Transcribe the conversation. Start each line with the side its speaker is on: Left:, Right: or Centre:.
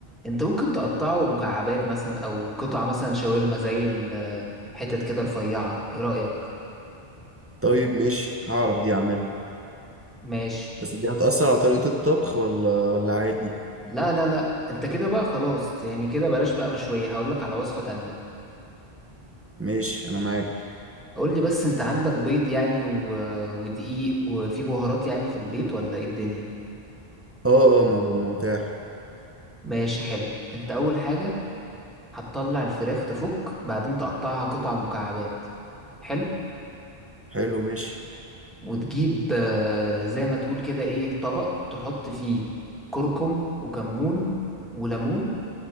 Centre: انت ممكن تقطعه مكعبات مثلا او قطع مثلا شاورما زي الحتت كده رفيعة ايه رأيك
Right: طيب ماشي هعرف دي أعملها
Centre: ماشي
Right: بس دي هتأثر على طريقة الطبخ ولا ولا عادي
Centre: لا لا لا انت كده بقى خلاص يعني كده بلاش بقى مشوية هقولك على وصفة تانية
Right: ماشي أنا معاك
Centre: قولي بس انت عندك بيض يعني و... آه، ودقيق وفي بهارات يعني في البيت ولا ايه الدنيا
Right: أه أه م- م- متاح
Centre: ماشي حلو انت اول حاجة هتطلع الفراخ تفك بعدين تقطعها قطع مكعبات حلو
Right: حلو ماشي
Centre: وتجيب آه، زي ما تقول كده ايه طبق تحط فيه كركم وكمون وليمون